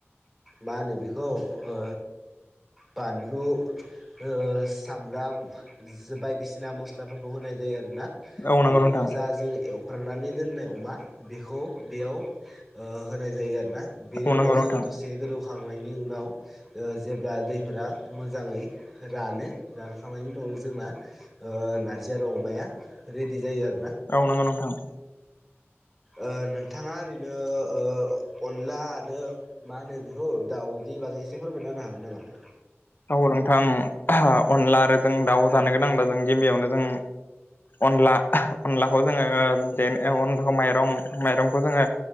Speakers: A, in the centre; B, on the left.
A: मा होनो बेखौ ओ बानलु ओ सामब्राम बायदिसिना मस्लाफोरखौ होनाय जायो आरो। ना
B: औ
A: बेनि
B: नंगौ नोंथां
A: उनाव जा जों एवफ्रानानै दोननाय अमा बेखौ बेयाव होनाय जायो आरो। ना बेनि
B: औ नंगौ
A: उनाव जोङो
B: नोंथां
A: दसे गोदौ खांनायनि उनाव जेब्ला दैफोरा मोजाङै रानो रानखांनायनि उनाव जोंना ओ नारजि आरो अमाया रेडि जायो आरो।
B: औ नंगौ नोंथां
A: ओ नोंथाङा ओरैनो ओ अनला आरो मा होनो बेखौ दाउ निबागै एसे फोरमायना होनो हागोन नामा?
B: औ नोंथां औ अनला आरो जों दाउ जानो गोनांब्ला जों गिबियावनो जों अनला अनलाखौ जोङो दे अनलाखौ माइरं माइरंखौ जोङो